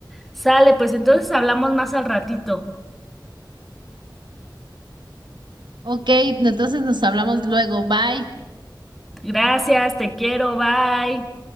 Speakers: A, in the centre; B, on the right.
A: Sale, pues entonces hablamos más al ratito.
B: Ok, entonces nos hablamos luego. Bye.
A: Gracias, te quiero, bye.